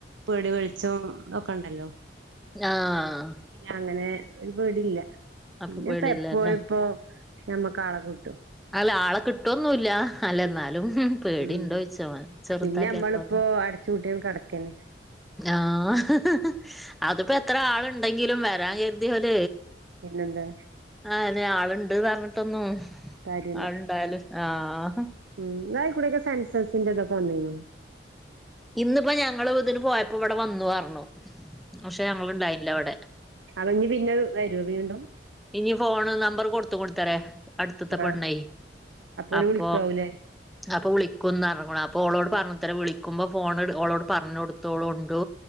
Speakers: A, on the right; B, in the centre.
A: പേടി വെളിച്ചം ഒക്കെണ്ടല്ലോ
B: ആഹ്
A: പിന്ന അങ്ങനെ ഒരു പേടില്ല പിന്നെപ്പ
B: അപ്പൊ പേടില്ലല്ലേ
A: എപ്പോ ഇപ്പോ നമ്മക്ക് ആളെ കിട്ടും
B: അല്ല ആളെ കിട്ടുവൊന്നുല്ല അല്ല എന്നാലും പേടി
A: ഉം
B: ഉണ്ടോയിച്ച ചെറുതല്ലേ
A: പിന്നെ നമ്മളിപ്പോ
B: അപ്പോ
A: അടച്ചു പൂട്ടി കെടക്കന്നെ
B: ആഹ് അതിപ്പോ എത്ര ആളുണ്ടെങ്കിലും വരാൻ കരുതിയോൽ
A: പിന്നെന്താ
B: ആ അയ്ന് ആള് ഇണ്ട് പറഞ്ഞിട്ടൊന്നു
A: കാര്യല്ല
B: ആള് ഇണ്ടായലും ആഹ്
A: ഉം നിങ്ങളെയ്ക്കുടെക്കെ സെൻസസിന്റെ ഇതൊക്കെ വന്നീനോ
B: ഇന്നിപ്പോ ഞങ്ങള് ഇതിന് പോയപ്പോ ഇവിടെ വന്നു പറഞ്ഞു പക്ഷെ ഞങ്ങള് ഇണ്ടായില്ല ഇവിടെ
A: അവര് പിന്നെ വരോ വീണ്ടും
B: ഇനി ഫോണ് നമ്പറ് കൊടുത്ത് കൊടുത്തേരെ അടുത്തുത്തെ പെണ്ണേ
A: ആഹ് ഓല്
B: അപ്പൊ
A: വിളിക്കാവൂലേ
B: അപ്പൊ വിളിക്കുന്ന് പറഞ്ഞ്ക്ക്ണ് അപ്പൊ ഓളോട് പറഞ്ഞ് തരാ വിളിക്കുമ്പോ ഫോണ് ഓളോട് പറഞ്ഞൊടുത്തോളു ഉണ്ട്